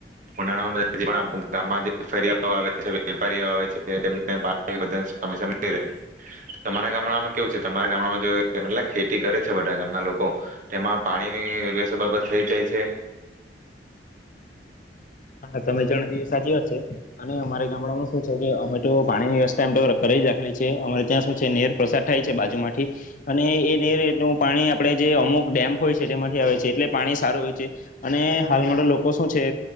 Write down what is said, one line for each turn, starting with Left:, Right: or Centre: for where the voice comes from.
Right: ઉનાળામાં ગામમાં જે ફેરિયાઓ આવે છે, વેપારીઓ આવે છે તેમને પાણીની <unintelligible> સમસ્યા મળી રહે તમારા ગામડામાં કેવું છે? તમારા ગામડામાં ખેતી કરે છે બધા ગામના લોકો તેમાં પાણીની વ્યવસ્થા બરાબર થઈ જાય. છે.
Left: હા તમે જણ એ સાચી વાત છે, અને અમારે ગામડામાં શું છે કે અમે તો પાણીની વ્યવસ્થા એમ તો કરેલી જ રાખેલી છે. અમારે ત્યાં શું છે કે નહેર પ્રસાર થાય છે. બાજુમાંથી અને એ નહેર નું પાણી આપડે જે અમુક ડેમ હોય છે, તેમાંથી આવે છે એટલે પાણી સારું હોય છે, અને હાલમાં લોકો શું છે.